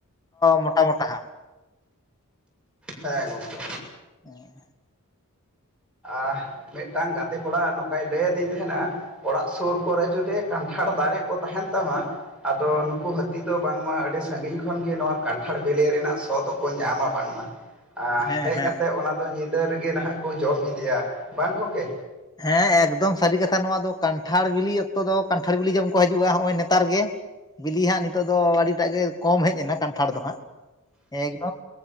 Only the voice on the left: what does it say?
ᱢᱚᱴᱟ ᱢᱚᱴᱟ ᱦᱟᱸᱜ᱾
ᱦᱮᱸ
ᱦᱮᱸ
ᱦᱮᱸ
ᱦᱮᱸ ᱮᱠᱫᱚᱢ ᱥᱟᱹᱨᱤ ᱠᱟᱛᱷᱟ ᱱᱚᱣᱟ ᱫᱚ ᱠᱟᱱᱴᱷᱟᱲ ᱵᱤᱞᱤ ᱚᱠᱛᱚ ᱫᱚ ᱠᱟᱱᱴᱷᱟᱲ ᱵᱤᱞᱤ ᱡᱚᱢ ᱠᱚ ᱦᱤᱡᱩᱜ-ᱟ ᱱᱚᱜ-ᱚᱭ ᱱᱮᱛᱟᱨ ᱜᱮ᱾ ᱵᱤᱞᱤ ᱦᱟᱸᱜ ᱱᱤᱛᱚᱜ ᱫᱚ ᱟᱹᱰᱤᱴᱟᱜ ᱜᱮ ᱠᱚᱢ ᱦᱮᱡ ᱮᱱᱟ ᱠᱟᱱᱴᱷᱟᱲ ᱫᱚ ᱦᱟᱸᱜ ᱮᱠᱫᱚᱢ